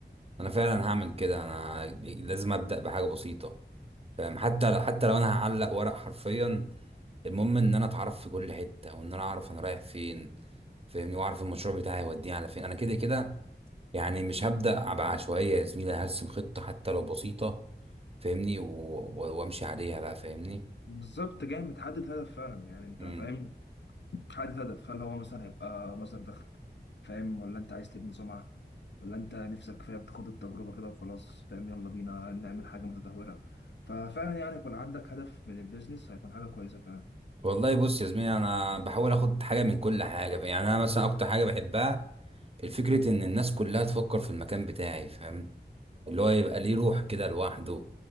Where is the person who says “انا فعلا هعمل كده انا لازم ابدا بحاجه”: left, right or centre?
Right